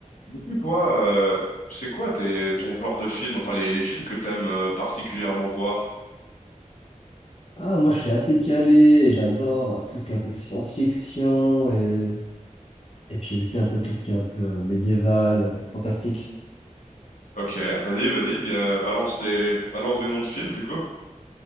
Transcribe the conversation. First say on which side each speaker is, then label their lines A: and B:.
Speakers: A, on the left; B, on the left.
A: Du coup, toi, euh, c'est quoi tes, ton genre de film, enfin les, les films que t'aimes euh, particulièrement voir?
B: Ah, moi, je suis assez calé et j'adore tout ce qui est un peu science-fiction et, et puis aussi un peu tout ce qui est un peu euh, médiéval, euh, fantastique.
A: Ok, vas-y, vas-y, dis, euh, balance des, balance des noms de films du coup.